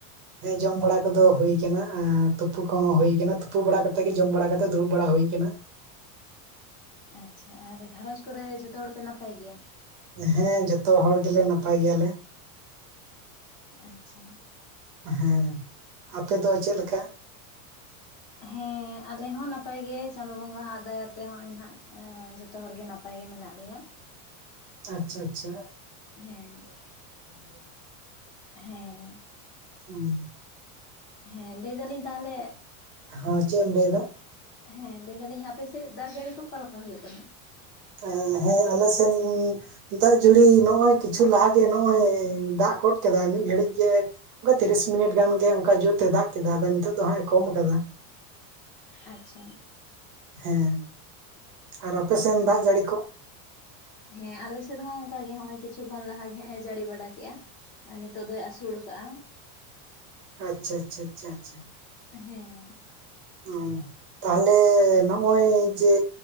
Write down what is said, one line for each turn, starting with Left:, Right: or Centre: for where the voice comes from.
Right: ᱦᱮᱸ ᱡᱚᱢ ᱵᱟᱲᱟ ᱠᱚᱫᱚ ᱦᱩᱭ ᱟᱠᱟᱱᱟ ᱟᱨ ᱛᱩᱯᱩ ᱠᱚᱦᱚᱸ ᱦᱩᱭ ᱟᱠᱟᱱᱟ ᱛᱩᱯᱩ ᱵᱟᱲᱟ ᱠᱟᱛᱮᱜ ᱜᱮ ᱡᱚᱢ ᱵᱟᱲᱟ ᱠᱟᱛᱮᱜ ᱫᱩᱲᱩᱵ ᱵᱟᱲᱟ ᱦᱩᱭ ᱟᱠᱟᱱᱟ᱾
Left: ᱟᱪᱷᱟ ᱟᱨ ᱜᱷᱟᱨᱚᱡᱽ ᱠᱚᱨᱮ ᱡᱚᱛᱚ ᱦᱚᱲᱯᱮ ᱱᱟᱯᱟᱭ ᱜᱮᱭᱟ?
Right: ᱦᱮᱸ ᱡᱚᱛᱚ ᱦᱚᱲ ᱜᱮᱞᱮ ᱱᱟᱯᱟᱭ ᱜᱮᱭᱟᱞᱮ᱾
Left: ᱟᱪᱷᱟ
Right: ᱦᱮᱸ ᱟᱯᱮ ᱫᱚ ᱪᱮᱫ ᱞᱮᱠᱟ?
Left: ᱦᱮᱸ ᱟᱞᱮ ᱦᱚᱸ ᱱᱟᱯᱟᱭ ᱜᱮ ᱪᱟᱸᱫᱚ ᱵᱚᱸᱜᱟ ᱦᱟᱜ ᱫᱟᱭᱟᱛᱮ ᱦᱚᱸᱜᱼᱚᱭ ᱱᱟᱦᱟᱜ ᱡᱚᱛᱚ ᱦᱚᱲᱜᱮ ᱱᱟᱯᱼᱼ ᱯᱟᱭ ᱜᱮ ᱢᱮᱱᱟᱜ ᱞᱮᱭᱟ᱾
Right: ᱟᱪᱷᱟ ᱟᱪᱷᱟ
Left: ᱦᱮᱸ ᱦᱮᱸ
Right: ᱩᱸᱦ
Left: ᱦᱮᱸ ᱞᱟᱹᱭᱮᱫᱟᱞᱤᱧ ᱛᱟᱦᱞᱮᱼᱼ
Right: ᱦᱚᱸ ᱪᱮᱫ ᱮᱢ ᱞᱟᱹᱭᱮᱫᱟ?
Left: ᱦᱮᱸ ᱞᱟᱹᱭᱮᱫᱟᱞᱤᱧ ᱟᱯᱮᱥᱮᱫ ᱫᱟᱜ ᱡᱟᱹᱲᱤ ᱠᱚ ᱚᱠᱟᱞᱮᱠᱟ ᱦᱩᱭᱩᱜ ᱠᱟᱱᱟ?
Right: ᱮ ᱦᱮᱸ ᱟᱞᱮ ᱥᱮᱱᱼᱼ ᱫᱟᱜ ᱡᱟᱹᱲᱤ ᱱᱚᱜᱼᱚᱭ ᱠᱤᱪᱷᱩ ᱞᱟᱦᱟᱜᱮ ᱱᱚᱜᱼᱚᱭ ᱫᱟᱜ ᱜᱚᱫ ᱠᱮᱫᱟᱭ ᱢᱤᱫ ᱜᱷᱟᱹᱲᱤᱡ ᱜᱮᱼᱼ ᱚᱱᱠᱟ ᱛᱤᱨᱤᱥ ᱢᱤᱱᱤᱴ ᱜᱟᱱ ᱜᱮ ᱚᱱᱠᱟ ᱡᱩᱨ ᱛᱮ ᱫᱟᱜ ᱠᱮᱫᱟ ᱟᱫᱚ ᱱᱤᱛᱚᱜ ᱫᱚ ᱦᱟᱸᱜ ᱮ ᱠᱚᱢ ᱟᱠᱟᱫᱟ᱾
Left: ᱟᱪᱷᱟ
Right: ᱦᱮᱸ ᱟᱨ ᱟᱯᱮᱥᱮᱱ
Left: ᱦᱮᱸ
Right: ᱫᱟᱜ ᱡᱟᱹᱲᱤ ᱠᱚ?
Left: ᱦᱮᱸ ᱟᱞᱮ ᱥᱮᱫ ᱦᱚᱸ ᱚᱱᱠᱟᱜ ᱜᱮ ᱦᱚᱸᱜᱼᱚᱭ ᱠᱤᱪᱷᱩ ᱠᱷᱚᱱ ᱞᱟᱦᱟᱜᱮ ᱦᱟᱸᱜ ᱮ ᱡᱟᱹᱲᱤ ᱵᱟᱲᱟ ᱠᱮᱜᱼᱟ᱾ ᱟᱨ ᱱᱤᱛᱚᱜ ᱫᱚᱭ ᱟᱹᱥᱩᱲ ᱟᱠᱟᱜᱼᱟ᱾
Right: ᱟᱪᱷᱟ ᱟᱪᱷᱟ ᱟᱪᱷᱟ ᱟᱪᱷᱟ
Left: ᱦᱮᱸ
Right: ᱦᱚᱸ ᱛᱟᱦᱞᱮ ᱱᱚᱜᱼᱚᱭ ᱡᱮ